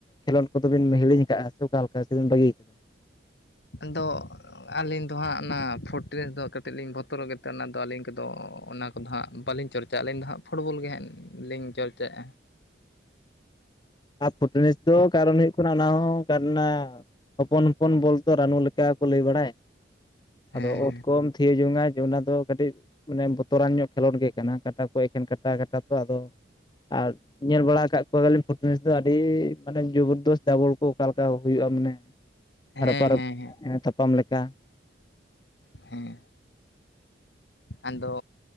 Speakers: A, on the left; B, on the left.
A: ᱠᱷᱮᱞᱳᱰ ᱠᱚᱫᱚ ᱵᱤᱱ ᱤᱲᱤᱧ ᱟᱠᱟᱟᱜᱼᱟ ᱥᱮ ᱚᱠᱟ ᱞᱮᱠᱟ ᱥᱮᱵᱤᱱ ᱵᱟᱹᱜᱤᱭᱟ ᱟᱠᱟᱫᱟ?
B: ᱟᱫᱚ। ᱟᱹᱞᱤᱧ ᱫᱚ ᱦᱟᱸᱜ ᱚᱱᱟ ᱯᱷᱨᱴᱤᱱᱫᱚ ᱠᱟᱹᱴᱤᱡ ᱞᱤᱧ ᱵᱚᱛᱚᱨᱚᱜ ᱜᱮᱛ ᱚᱱᱟᱫᱚ ᱟᱹᱞᱤᱧ ᱠᱚᱫᱚ ᱚᱱᱟ। ᱫᱚ ᱦᱟᱸᱜ ᱵᱟᱹᱞᱤᱧ ᱪᱚᱨᱪᱟᱜᱼᱟ ᱟᱹᱞᱤᱧᱫᱚ ᱦᱟᱸᱜ ᱯᱷᱩᱴᱵᱚᱞ ᱜᱮ ᱦᱟᱜ ᱞᱤᱧ ᱪᱚᱨᱪᱟᱜᱼᱟ।
A: ᱦ ᱟᱨ ᱯᱷᱴᱤᱱᱤᱥ ᱫᱚ ᱠᱟᱨᱚᱱ ᱦᱩᱭᱩᱜ ᱠᱟᱱᱟ ᱚᱱᱟ ᱦᱚᱸ ᱠᱟᱨ <unintelligible> ᱦᱚᱯᱚᱱ ᱦᱚᱯᱚᱱ ᱵᱚᱞ ᱛᱚ ᱨᱟᱱᱩ ᱞᱮᱠᱟ ᱠᱚ ᱞᱟᱹᱭ ᱵᱟᱲᱟᱭ।
B: ᱦᱮᱸ
A: ᱟᱫᱚ ᱚᱛ ᱠᱚᱢ ᱛᱷᱤᱭᱟᱹ ᱡᱚᱝᱟ ᱚᱱᱟ ᱫᱚ। ᱠᱟᱹᱴᱤᱡ ᱢᱟᱱᱮ ᱵᱚᱛᱚᱨᱟᱱ ᱧᱚᱜ ᱠᱷᱮᱞᱳᱰ ᱜᱮ ᱠᱟᱱᱟ ᱠᱟᱴᱟ ᱠᱚ ᱮᱠᱷᱮᱱ ᱠᱟᱴᱟ ᱠᱟᱴᱟ ᱛᱚ ᱟᱫᱚ᱾ ᱟᱨ ᱧᱮᱞ ᱵᱟᱲᱟ ᱟᱠᱟᱫ ᱠᱚᱣᱟᱫᱟᱞᱤᱧ ᱯᱷᱩᱴᱱᱮᱥ ᱫᱚ ᱟᱹᱰᱤ ᱢᱟᱱᱮ ᱡᱚᱵᱚᱨᱫᱚᱥ ᱰᱟᱵᱚᱞ ᱠᱚ ᱚᱠᱟᱞᱠᱟ ᱦᱩᱭᱩᱜᱼᱟ ᱢᱟᱱᱮ।
B: ᱦᱮᱸ
A: ᱨᱚᱯᱟ ᱨᱟᱯ
B: ᱦᱮᱸ ᱦᱮᱸ
A: ᱮᱸ ᱛᱟᱯᱟᱢ ᱞᱮᱠᱟ।
B: ᱦᱮᱸ ᱟᱫᱚ